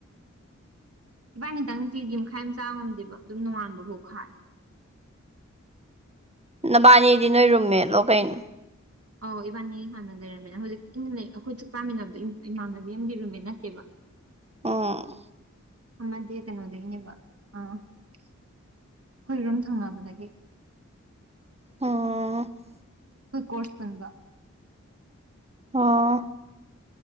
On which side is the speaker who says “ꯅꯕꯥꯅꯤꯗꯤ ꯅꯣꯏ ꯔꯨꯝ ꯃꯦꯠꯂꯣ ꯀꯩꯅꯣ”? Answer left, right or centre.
Right